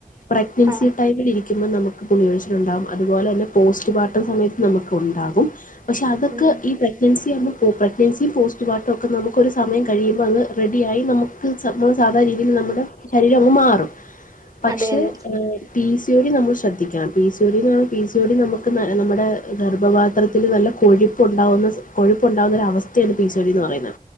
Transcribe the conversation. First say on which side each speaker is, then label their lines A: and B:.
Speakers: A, on the left; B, on the right.
A: പ്രഗ്നൻസി
B: ആ
A: ടൈമിൽ ഇരിക്കുമ്പം നമുക്ക് മുടി കൊഴിച്ചിലുണ്ടാവും. അതുപോലെ തന്നെ പോസ്റ്റ്പാർട്ടം സമയത്ത് നമുക്ക് ഉണ്ടാകും. പക്ഷെ അതൊക്കെ
B: ഉം
A: ഈ പ്രഗ്നൻസ് സിയാവുമ്പം പോവും. പെഗ്നൻസിയും പോസ്റ്റ്പാർട്ടൊക്കെ നമുക്ക് ഒരു സമയം കഴിയുമ്പങ്ങ് റെഡിയായി നമു ക്ക് സംഭവം സാധാ രീതിയിൽ നമ്മുടെ ശരീര അങ്ങ് മാറും. പക്ഷേ
B: അതെ അതെ
A: ഏഹ് പി സി ഒ ടി നമ്മൾ ശ്രദ്ധിക്കണം പി സി ഒ ടി ന്ന് പറഞ്ഞാൽ പി സി ടി നമുക്ക് ന നമ്മുടെ ഗർഭപാത്രത്തിൽ നല്ല കൊഴു പ്പുണ്ടാവുന്ന സ് കൊഴുപ്പുണ്ടാവുന്ന ഒരവസ്ഥയാണ് പി സി ഒ ടി ന്ന് പറയുന്നെ.